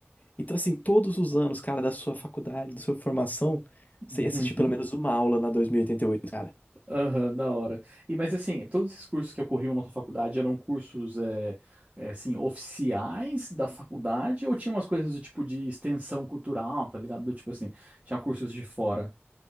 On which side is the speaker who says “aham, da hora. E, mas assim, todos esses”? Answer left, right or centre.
Right